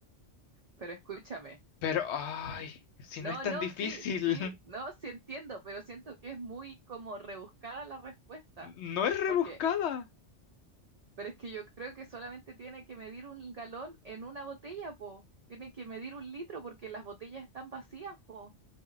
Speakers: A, on the right; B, on the left.
A: pero escúchame.
B: Pero, ay, si
A: No,
B: no es tan
A: no,
B: difícil,
A: sí, sí.
B: <laughs>
A: No, sí entiendo, pero siento que es muy como rebuscada la respuesta.
B: no es rebuscada.
A: Porque Pero es que yo creo que solamente tiene que medir un galón en una botella, po. Tiene que medir un litro porque las botellas están vacías, po.